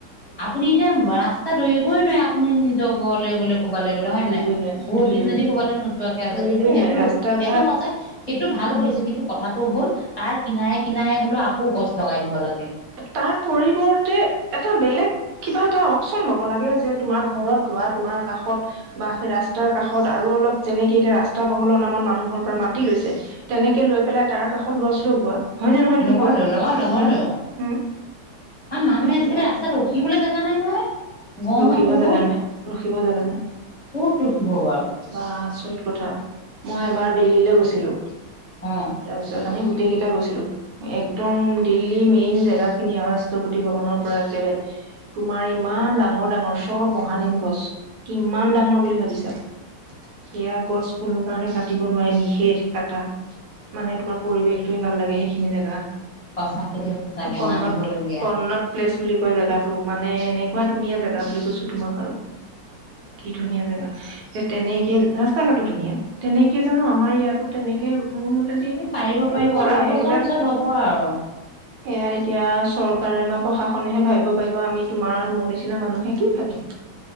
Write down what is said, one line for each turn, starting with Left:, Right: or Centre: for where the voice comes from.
Left: আপুনি এতিয়া ৰাস্তাত। ধৰিবই নোৱোৰে আপুনি নিজৰ ঘৰলৈ গ'লে ক'বালৈ গ'লে হয়
Right: ধৰিবই
Left: নে নাই।
Right: নোৱাৰি
Left: বহুত
Right: ধৰিবই
Left: দিন যদি
Right: নোৱাৰি
Left: ক'বালৈ নোযোৱাকে আছে
Right: ধৰিবই
Left: কিন্তু হেটো,
Right: নোৱাৰি ৰাস্তা
Left: হেটো
Right: ঘাট
Left: সঁচাই সেইটো ভাল
Right: উম
Left: হৈছে কিন্তু কথাটো হ'ল তাৰ কিনায়ে কিনায়ে হ'লেও আকৌ গছ লগাই দিব লাগে।
Right: তাৰ পৰিৱৰ্তে এটা বেলেগ কিবা এটা অপচন ল'ব লাগে যে তোমাৰ ঘৰত ৰোৱা, তোমাৰ কাষত বা সে ৰাস্তাৰ কাষত আৰু অলপ যেনেকে এতিয়া ৰাস্তা বহলৰ নামত মানুহৰ পৰা মাটি লৈছে, তেনেকে লৈ পেলাই তাৰ কাষত গছ লগোৱা। হয় নে নহয় তুমি
Left: লগৰ
Right: কোৱা
Left: লৈ লগৰ লগৰ
Right: উম।
Left: লৈ কাৰণ
Right: উম
Left: মানুহে
Right: সেইটোয়ে
Left: আজিকালি ৰাস্তাত ৰখিবলৈ জেগা নাই নহয়। গৰমত
Right: ৰখিব
Left: গ'লো
Right: জাগা নাই, ৰখিব জাগা নাই।
Left: ক'ত ৰখিব বাৰু
Right: বা আচৰিত কথা মই এবাৰ দিল্লীলৈ গৈছিলো,
Left: অ
Right: তাৰপিছত আমি গোটেই কেইটা গৈছিলো। একদম দিল্লী মেইন জেগা খিনি আৰু ৰাষ্ট্ৰপতি ভৱনৰ পৰা একেবাৰে তোমাৰ ইমা ইমান ডাঙৰ ডাঙৰ চব মহানীম গছ, কিমান ডাঙৰ বুলি ভাবিছা। সেয়া গছ কোনো কাৰণে কাটিব নোৱাৰে নিষেধ কাটা। মানে, তোমাৰ পৰিৱেশটোৱে ভাল লাগে সেইখিনি জেগা।
Left: সঁচাকে দেই সঁচাকে
Right: কন্নত
Left: মানিবলগীয়া।
Right: কন্নত প্লেচ বুলি জেগাতটো মানে এনেকুৱা ধুনীয়া জেগা বুলি কৈছো তোমাক, আৰু কি ধুনীয়া জেগা। তেনেকে ৰাস্তা-ঘাটো ধুনীয়া তেনেকে জানো আমাৰ ইয়াতো তেনেকে মোৰ মতেদি
Left: এই পাৰিব পাৰিব
Right: এই মা
Left: অলপ বছৰ
Right: এইবিলাক
Left: পিছত হ'ব আৰু।
Right: সেয়াই এতিয়া চৰকাৰে বা প্ৰশাসনেহে ভাবিব পাৰিব আমি তোমাৰ মোৰ নিচিনা মানুহে কি ভাবিম?